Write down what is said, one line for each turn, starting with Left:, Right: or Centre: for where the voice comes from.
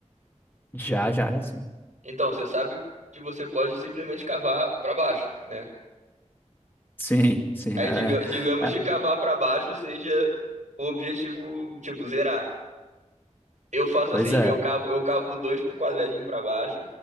Left: Já, já, já sim.
Right: Então, você sabe que você pode simplesmente cavar pra baixo, né?
Left: Sim, sim.
Right: Aí,
Left: é-
Right: diga- lá. digamos
Left: é, é,
Right: que cavar pra baixo seja o objetivo, tipo, zerar. Eu faço
Left: pois
Right: assim:
Left: é.
Right: eu cavo, eu cavo dois pro quadradinho pra baixo,